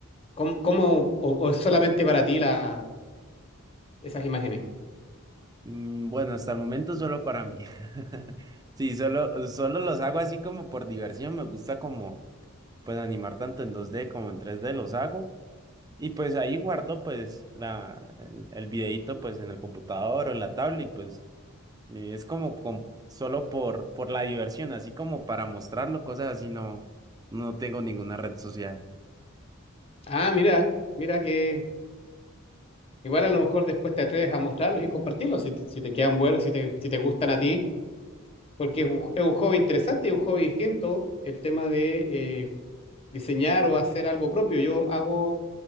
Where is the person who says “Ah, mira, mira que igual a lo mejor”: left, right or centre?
Left